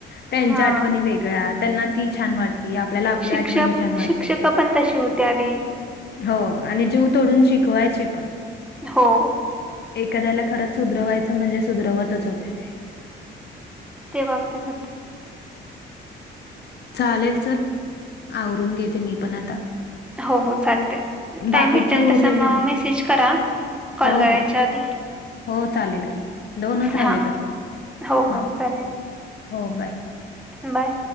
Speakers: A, on the left; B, in the centre.
A: त्यांच्या
B: हा
A: आठवणी वेगळ्या त्यांना ती छान वाटते ते आपल्याला आपल्या
B: शिक्षक
A: आठवणी छान वाटतात.
B: शिक्षक पण तशी होते आधी
A: हो आणि जीव तोडून शिकवायचे पण.
B: हो.
A: एखाद्याला खरंच सुधरवायचं म्हणजे सुधरवतच होते ते.
B: ते वापरत होते.
A: चालेल चल, आवरून घेते मी पण आता.
B: हो हो चालतंय
A: बाकीचे
B: टाइम भेटेल
A: उरलेले
B: तस मग
A: बघते.
B: मेसेज करा कॉल
A: हो
B: करायच्या
A: हो.
B: आधी.
A: हो, चालेल की. दोनच राहिले
B: हा
A: आता.
B: हो
A: हा,
B: हो चालेल
A: हो, बाय.
B: बाय.